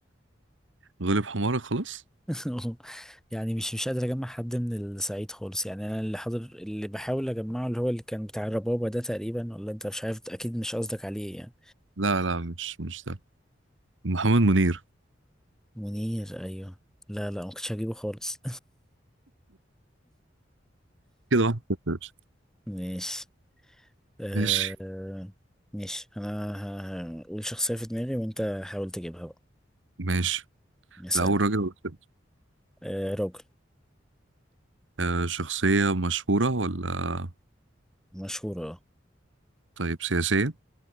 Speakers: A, on the right (about 85°); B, in the centre.
A: غلب حمارك خلاص
B: <laughs> يعني مش مش قادر اجمع حد من الصعيد خالص يعني انا اللي حاضر اللي بحاول اجمعه اللي هو اللي كان بتاع الربابة ده تقريبا ولا انت مش عارف اكيد مش قصدك عليه يعني
A: لا لا مش مش ده محمد منير
B: منير ايوه لا لا ما كنتش هجيبه خالص
A: كده واحد صفر يا باشا.
B: <laughs> ماشي آه...
A: ماشي
B: ماشي انا ه- هقول شخصية في دماغي وانت حاول تجيبها بقى
A: ماشي
B: مثلا
A: الأول
B: أو-
A: راجل ولا ست
B: آه راجل
A: آه شخصية مشهورة ولا
B: مشهور اه
A: طيب سياسية